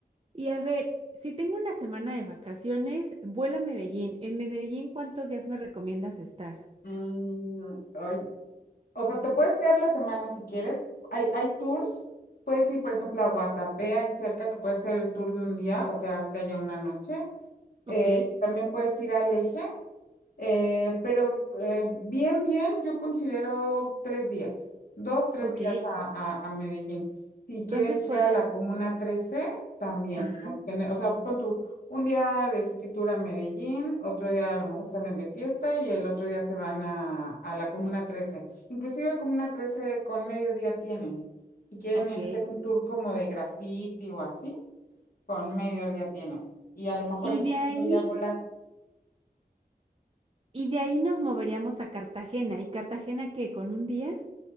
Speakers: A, on the right; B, on the left.
A: Y a ver, si tengo una semana de vacaciones, vuélame a Medellín. En Medellín, ¿cuántos días me recomiendas estar?
B: Mm, ay, O sea, te puedes quedar la semana si quieres. Hay, hay tours. Puedes ir, por ejemplo, a Guatapé, ahí cerca, que puede ser el tour de un día o quedarte allá una noche. Eh,
A: Ok,
B: también puedes ir al Eje, eh, pero eh, bien, bien, yo considero tres días, dos, tres
A: ok.
B: días a, a- a Medellín. Si quieren
A: Entonces
B: ir
A: podrás,
B: a la Comuna trece también,
A: ajá,
B: con tener- o sea, pon tú un día de City Tour a Medellín, otro día a lo mejor salen de fiesta y el otro día se van a, a la Comuna trece Inclusive Comuna trece con mediodía tienen. Si quieren
A: ok.
B: ir a hacer un tour como de graffiti o así, con mediodía tienen. Y a lo mejor
A: Y
B: ese
A: de
B: mismo
A: ahí,
B: día volar.
A: y de ahí nos moveríamos a Cartagena. ¿Y Cartagena qué? ¿Con un día?